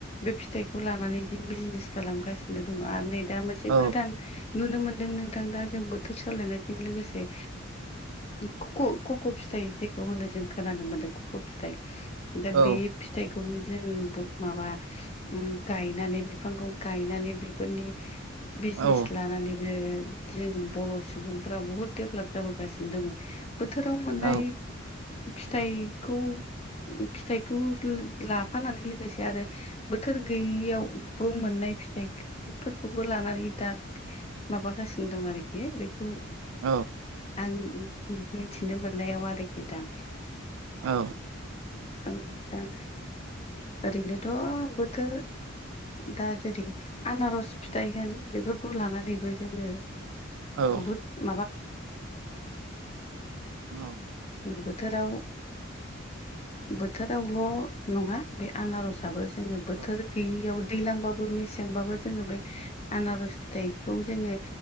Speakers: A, on the left; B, on the right.
A: बे फिथाइखौ लानानै जों बिजनिस खालामगासिनो दङ' आरो नै दा मोनसे
B: औ
A: गोदान नुनो मोनदों नोंथां दा जों बोथोर सोलायनायजों लोगोसे ओ <unintelligible> ख खक' फिथाइ जेखौ होनो जों खोनानो मोनदों खक' फिथाइ दा
B: औ
A: बे फिथाइखौनो जों ब माबा उम गायनानै बिफांखौ गायनानै बेफोरनि बिजनिस
B: औ
A: लानानै बे जों बर' सुबुंफ्रा बहुद देबलाप जाबोगासिनो दङ'। बोथोराव मोननाय
B: औ
A: फिथाइखौ फिथाइखौ <unintelligible> लाफानानै लोगोसे आरो बोथोर गैयियावबो मोननाय फिथाइफोरखौबो लानानै दा माबागासिनो दं आरोखि बेखौ
B: औ
A: आं मिनथिनो मोननायाव आरोखि दा
B: औ।
A: औ दा ओरैनोथ' बोथोर दा जेरै आनार'स फिथाइ होन बेफोरखौ लानानैबो जोङो
B: औ
A: बुहुद
B: औ
A: बोथोराव बोथोरावल' नङा बे आनार'साबो जोङो बोथोर
B: औ
A: गैयियाव दैलांबाबो मेसेंबाबो जोङो बे आनार'स फिथाइखौ जोङो